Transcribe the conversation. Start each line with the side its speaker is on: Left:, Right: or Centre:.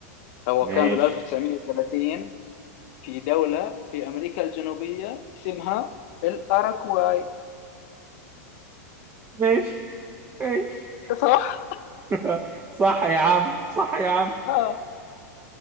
Left: هو
Right: ماشي
Left: كان بال 1930 في دولة في أمريكا الجنوبية اسمها الأراكواي
Right: ماشي ماشي
Left: صح؟
Right: <laughs> صح يا عم صح يا عم
Left: آه.